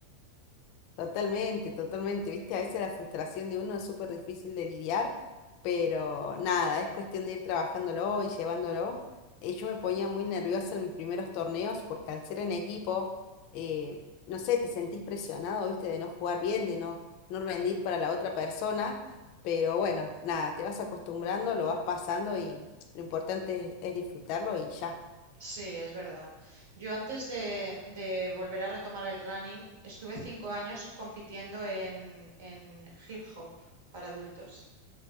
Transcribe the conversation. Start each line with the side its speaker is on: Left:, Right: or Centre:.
Left: Totalmente, totalmente. Viste, a veces la frustración de uno es súper difícil de lidiar, pero nada, es cuestión de ir trabajándolo y llevándolo. Eh, yo me ponía muy nerviosa en mis primeros torneos porque al ser en equipo, eh, no sé, te sentís presionado, viste, de no jugar bien, de no, no rendir para la otra persona, pero bueno, nada, te vas acostumbrando, lo vas pasando y lo importante es es disfrutarlo y ya.
Right: Sí, es verdad. Yo antes de, de volver a retomar el running, estuve cinco años compitiendo en, en hip hop para adultos,